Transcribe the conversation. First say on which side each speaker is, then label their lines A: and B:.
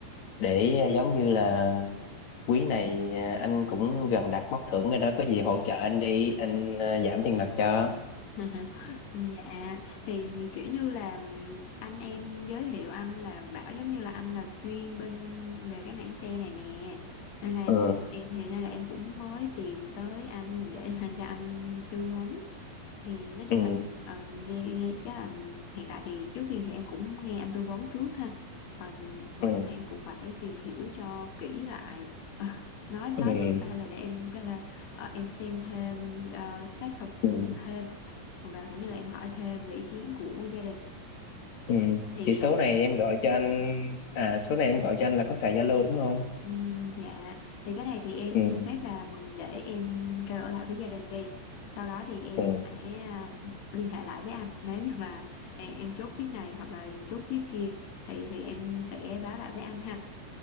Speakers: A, on the left; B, on the left.
A: để à, giống như là quý này à, anh cũng gần đạt mốc thưởng rồi đó có gì hỗ trợ anh đi anh à, giảm tiền mặt cho
B: <laughs> Dạ thì kiểu như là anh em giới thiệu anh là bảo giống như là anh là chuyên bên về cái mảng xe này nè nên là
A: ừ
B: em thì nên là em cũng mới tìm tới anh để <laughs> cho anh tư vấn thì nói chung
A: ừ
B: là ờ, nghe nghe chắc là hiện tại thì trước tiên thì em cũng nghe anh tư vấn trước ha Ờ, rồi
A: ừ
B: chắc là em cũng phải tìm hiểu cho kỹ lại Ờ, nói nói
A: ừ
B: gì có thể là để em có thể là ờ, em xem thêm ờ, xác thực
A: ừ
B: thêm và cũng như là em hỏi thêm về ý kiến của gia đình
A: ừ
B: thì
A: thì số này em gọi cho anh à số này em gọi cho anh là có xài Zalo đúng không
B: ừm, dạ thì cái này thì em
A: ừ
B: xin phép là để em trao đổi lại với gia đình đi sau đó thì em
A: ừ
B: sẽ ừm, liên hệ lại với anh nếu như mà em, em chốt chiếc này hoặc là chốt chiếc kia thì thì em sẽ báo lại với anh ha